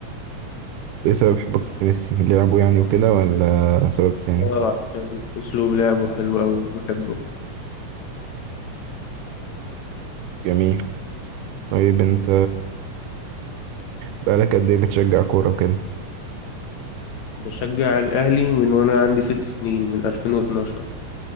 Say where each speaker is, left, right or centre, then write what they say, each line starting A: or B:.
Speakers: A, on the right (about 80°); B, on the left (about 70°).
A: ايه سبب حبك لميسي لعبه يعني وكده ولا سبب تاني
B: اه عشان أسلوب لعبه حلو أوي وبحبه
A: جميل طيب انت بقالك قد ايه بتشجع كورة وكده
B: بشجع الأهلي من وأنا عندي ست سنين من 2012